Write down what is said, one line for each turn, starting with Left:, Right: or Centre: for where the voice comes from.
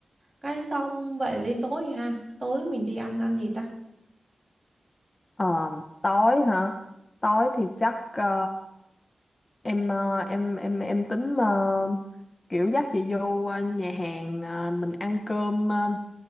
Right: Cái xong vậy là đến tối rồi ha. Tối mình đi ăn ăn gì ta?
Left: Ờ, tối hả tối thì chắc ờ, em ờ, em em em tính ờ, kiểu dắt chị vô ờ, nhà hàng ờ, mình ăn cơm ờ,